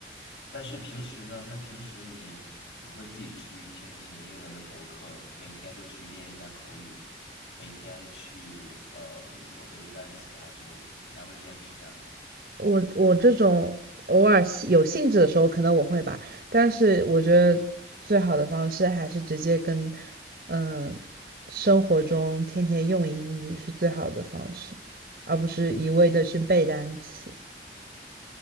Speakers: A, on the left; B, on the right.
A: 但是平时呢，那平时你你会自己去听一些英文的博客，每天都去练一下口语，每天去呃，比如说背背单词啊这种，你还会坚持下来吗？
B: 我我这种偶尔有兴致的时候可能我会吧，但是我觉得最好的方式还是直接跟嗯生活中天天用英语是最好的方式，而不是一味的去背单词。